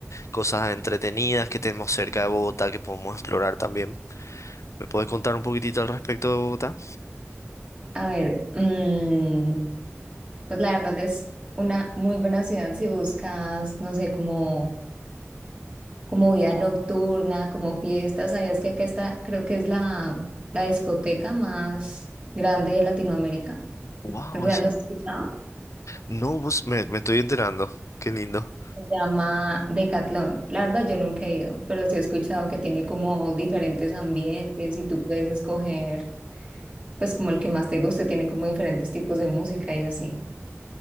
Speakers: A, on the left; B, on the right.
A: cosas entretenidas que tenemos cerca de Bogotá que podemos explorar también. ¿Me puedes contar un poquitito al respecto de Bogotá?
B: A ver, mm, pues la verdad es una muy buena ciudad si buscas, no sé, como, como vida nocturna, como fiestas. ¿Sabías que acá está, creo que es la, la discoteca más grande de Latinoamérica?
A: Wow,
B: ¿Alguna vez lo has escuchado?
A: no, vos- me, me estoy enterando. Qué lindo.
B: Se llama Decathlon. La verdad yo nunca he ido, pero sí he escuchado que tiene como diferentes ambientes y tú puedes escoger, pues como el que más te guste, tiene como diferentes tipos de música y así.